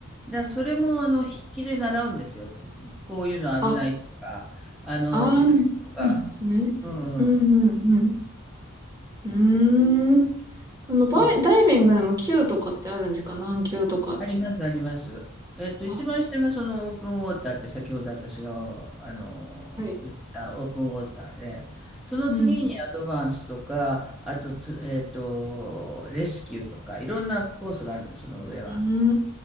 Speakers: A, in the centre; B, on the right.
A: だそれも、あの、筆記で習うんですよ。ここういうの危ないとか、
B: あ、
A: あの、
B: あー、
A: 時間とか。
B: そうなんですね。
A: うん、
B: うんうん
A: うん。
B: うん。うーん。そのバイ、
A: そう。
B: ダイビングでも級とかってあるんですか何級とか。
A: あります、あります。えっと、
B: あ、
A: 一番下がそのオープンウォーターって先ほど私が、あの、
B: はい。
A: 言ったオープンウォーターで、その次にアドバンスとか、
B: うん。
A: あと、とえっと、レスキューとか、いろんなコースがあるんです、その上は。
B: うーん。う